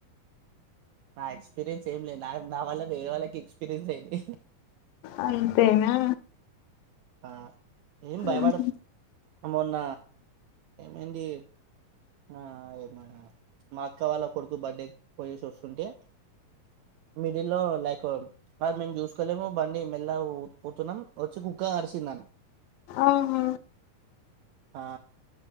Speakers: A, on the right; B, on the left.
A: నా ఎక్స్పీరియన్స్ ఏం లేవ్ నావి నా వల్ల వేరే వాళ్ళకి ఎక్స్పీరియన్స్ అయినాయ్
B: అంతేనా
A: ఆ ఏం భయపడకు
B: ఉహు.
A: మొన్న ఏమైంది. ఆ ఏమ మా అక్క వాళ్ళ కొడుకు బర్త్డే పోయేషి వోస్తుంటే మిడిల్లో లైక్ అదు మేము చూసుకోలేము బండి మెల్లగా పోతున్నాం వచ్చి కుక్క గరిశింది నన్ను
B: ఆహ
A: ఆ